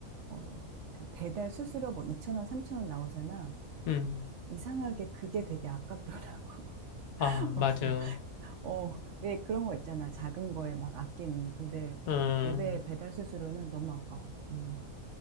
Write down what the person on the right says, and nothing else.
어, 그 배달 수수료 뭐 2천 원, 3천 원 나오잖아.
이상하게 그게 되게 아깝더라고. <laughs>
어, 어, 왜 그런 거 있잖아. 작은 거에 막 아끼는. 근데
그 앱의 배달 수수료는 너무 아까워. 음.